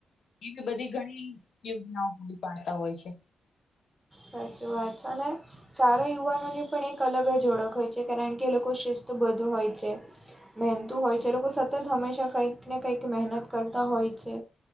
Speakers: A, on the left; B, on the right.
A: એવી બધી ઘણી યોજનાઓ પૂરી પાડતા હોય છે.
B: સાચી વાત છે, અને સારો યુવાનોની પણ એક અલગ જ ઓળખ હોય છે, કારણ કે એ લોકો શિસ્તબદ્ધ હોય છે. મહેનતું હોય છે, એ લોકો સતત હંમેશા કંઈક ને કંઈક મહેનત કરતા હોય છે.